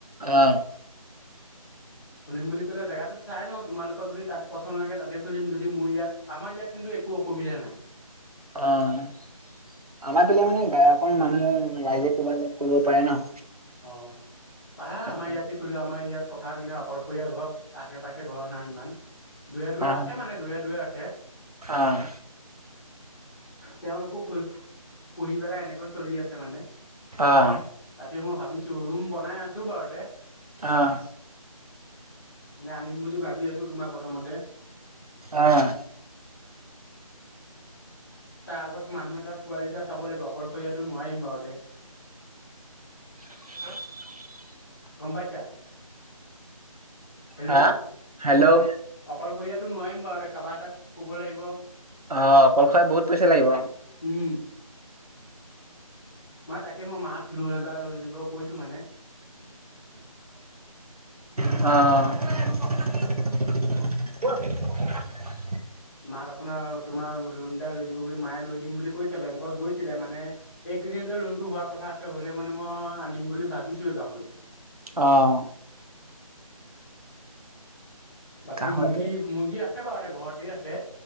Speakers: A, on the right (about 85°); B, in the centre.
A: আহ,
B: খুলিম বুলি ক'লে জেগাটো চাই লয় তোমালোকৰ তাত যদি পছন্দ নাইকীয়া তাতে খুলিব যদি মোৰ ই‌য়াত আমাৰ ইয়াত কিন্তু একো অসুবিধা নাই।
A: অ আমাৰ পিনে মানে অকমন মানুহে ৰাইজে কিবা কব পাৰে ন।
B: অ পাৰা
A: সেইটো
B: আমাৰ
A: কাৰণে।
B: ইয়াতে খলো আমাৰ ইয়াত। কথা কিন্তু আকলশৰীয়া ঘৰ আশে পাশে ঘৰ নাই ইমান। দুৰে দূৰে
A: অ',
B: আছে মানে। হে
A: অ',
B: তেওঁলোকো পুহি পেলাই এনেকৈ চলি আছে মানে।
A: অ',
B: সেই মই ভাবিছো ৰুম বনাই আছো বাৰু তে
A: অ',
B: নে আনিম বুলি। ভাবি আছো তোমাৰ প্ৰথমতে
A: অহ।
B: তাৰ আগত মানুহ এটা পোৱালি দুটা চাব লাগিব। এয়াটো নোৱাৰিম বাৰু দে।
A: <unintelligible>
B: গম পাইছা। হেল্ল'
A: হা?
B: অকলশৰীয়া
A: হেল্ল'
B: এইটো নোৱাৰিম বাৰু এ কব এটাক ক'ব লাগিব।
A: আহ অকল খাই বহুত পইচা লাগিব।
B: উম। মই তাকে মাক লোণ এটা লৈ দিব কৈছোঁ মানে
A: অহ, <unintelligible>
B: মাক আপোনাৰ তোমাৰ লোন এটা লৈ দিব বুলি মায়ে লৈ দিম বুলি কৈছে বেংকত গৈছিলে মানে এইকেইদিনতে লোনটো হোৱাৰ কথা আছে হ'লে মানে মই আনিম বুলি ভাবিছোৱে গাহৰি।
A: অ'।
B: বাকী
A: গাহৰিটো
B: মুৰ্গী, মুৰ্গী আছে। আছে বাৰু এ! ঘৰতে আছে।